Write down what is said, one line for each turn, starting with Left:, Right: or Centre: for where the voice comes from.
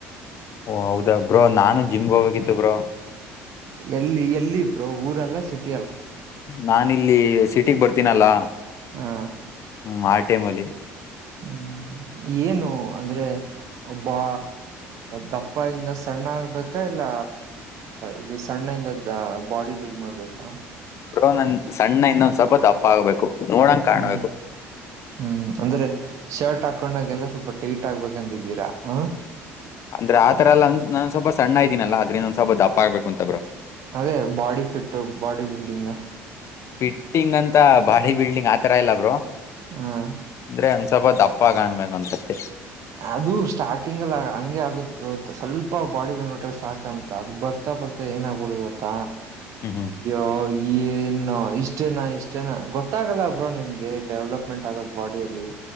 Left: ಓ ಹೌದಾ ಬ್ರೋ ನಾನು ಜಿಮ್ಗೆ ಹೋಗ್ಬೇಕತ್ತುು ಬ್ರೋ
Right: ಎಲ್ಲಿ ಎಲ್ಲಿ ಇಬ್ರೋ ಊರೆಲ್ಲ ಸಿಟ್
Left: ನಾನ. ಇಲ್ಲಿ ಸಿಟಿಗ್ ಬರ್ತೀನಲ್ಲಾ.
Right: ಹಾ
Left: ಹ್ಮ ಮಾಡ. ಟೇಮಲ್ಲಿ.
Right: ಹ್ಮ್ ಏನು ಅಂದ್ರೆ ಬಾ ದಪ್ಪ ಇಂದ ಸಣ್ಣ ಆಗ್ಬೇಕಾ ಇಲ್ಲ ಇದು ಸಣ್ಣ ಇಂದ ದ ಬಾಡಿ ಬಿಲ್ಡ್ ಮಾಡ್ಬೇಕಾ.
Left: ಬ ನಂದ್ ಸಣ್ಣ ಇಂದೊಂದ್ ಸ್ವಲ್ಪ ದಪ್ಪ ಆಗ್ಬೇಕು. ನೋಡಂಗ್ ಕಾಣ್ಬೇಕು
Right: ಹ್ಮ್ ಹ್ಮ್ ಅಂದ್ರೆ ಶರ್ಟ್ ಹಾಕ. ಕಕೊಂಡಾಗ ಎಲ್ಲ ಸ್ವಲ್ಪ ಟೈಟ್ ಆಗ್ಬೇಕಂತಿದೀರಾ ಹ್ಮ್.
Left: ಅಂದ್ರೆ ಆ ತರ ಎಲ್ಲ ಒಂದ ನ ಒನ್ ಸ್ವಲ್ಪ ಸಣ್ಣ ಇದ್ದಿನನಲ್ಲ ಅಂದ ಒಂದ್ ಸ್ವಲ್ಪ ದಪ್ಪ ಆಗ್ಬೇಕು ಅಂತಬ್ರು.
Right: ಅದೇ body fit body building.
Left: Fitting ಅಂತ ಬಾಡಿ ಬಿಲ್ಡಿಂಗ್ ಆತರ ಇಲ್ಲ ಬ್ರೋ ರು.
Right: ಹ
Left: ಅಂದ್ರೆ ಅನ್ಸ. ಸ್ವಲ್ಪ ದಪ್ಪ ಕಾಣ್ಬೇಕು ಅಂತಷ್ಟೆ.
Right: ಅದು ಸ್ಟಾರ್ಟಿಂಗಲ್ ಹಂಗೆ ಆಗುದ್ ಬ್ರೋ ಅದು ಸ್ವಲ್ಪ ಬಾಡಿ ಬಂದುಟ್ರೆಸ್ ಸಾಕಂತ ಅದು ಬರ್ತಾ ಬರ್ತಾ ಏನ ಆಗ್ಬಿಡತ್ತ.
Left: ಹ್ಮ್ ಹ್ಮ್
Right: ಓ ಹ ಏನು ಇಷ್ಟೇನಾ ಇಷ್ಟೇನಾ ಗೊತ್ತಾಗಲ್ಲ ಬ್ರೋ ನಿನ್ಗೆ ಡೆವಲಪ್ಮೆಂಟ್ ಆಗೋದು ಬಾಡಿಯಲ್ಲಿ